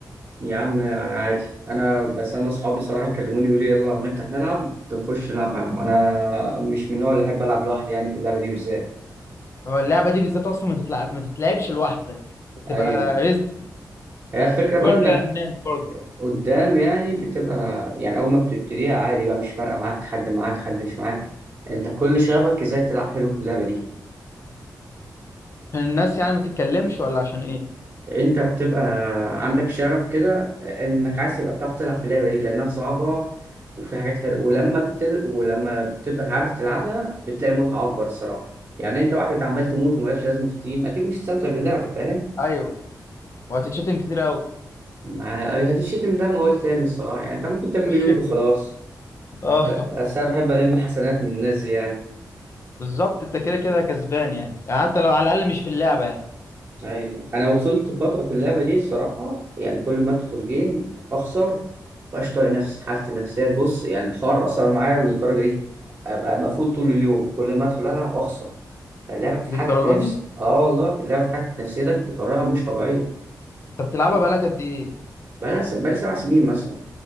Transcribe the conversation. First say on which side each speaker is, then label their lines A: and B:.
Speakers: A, on the right (about 30°); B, on the left (about 40°).
A: يا عم انا عادي انا بس انا اصحابي صراحه يكلموني يقولوا لي يلا هنفتح نلعب تخش نلعب معاهم انا مش من النوع اللي احب العب لوحدي يعني في اللعبه دي بالذات
B: هو اللعبة دي بالذات أصلا ما تتلعب ما تتلعبش لوحدك بتبقى
A: ايوه
B: رزق
A: هي الفكره بقى
B: غير
A: انك
B: كده الناس برضه
A: قدام يعني بتبقى يعني اول ما بتبتديها عادي بقى مش فارقه معاك حد معاك حد مش معاك انت كل شغفك ازاي تلعب حلو في اللعبه دي
B: عشان الناس يعني ما تتكلمش ولا عشان إيه
A: انت بتبقى عندك شغف كده انك عايز تبقى بتعرف تلعب في اللعبه دي لانها صعبه وفي حاجات حلوه ولما بتل... ولما بتبقى عارف تلعبها بتلاقي متعه اكبر الصراحه يعني انت واحد عمال تموت ومالكش لازمه في التيم اكيد مش هتستمتع باللعبه فاهم
B: أيوه وهتتشتم كتير قوي
A: ما- هتشتم ده ما قلت تاني الصراحه يعني انت ممكن تعمل
B: <laughs>
A: ميوت وخلاص
B: اه
A: ب- بس انا بحب الم حسنات من الناس دي يعني
B: بالظبط أنت كده كده كسبان يعني. يعني حتى لو على الأقل مش في اللعبة يعني
A: ايوه انا وصلت فتره في اللعبه دي الصراحه يعني كل ما ادخل جيم اخسر مبقاش طايق نفسي حالتي النفسيه بص يعني الحوار اثر معايا للدرجه دي ابقى مقفول طول اليوم كل ما ادخل العب اخسر اللعبه بتتحكم
B: للدرجة
A: في نفسي
B: دي
A: اه والله اللعبه بتتحكم في نفسيتك بطريقه مش طبيعيه
B: أنت بتلعبها بقالك قد إيه؟
A: بقالها س- بقالي سبع سنين مثلا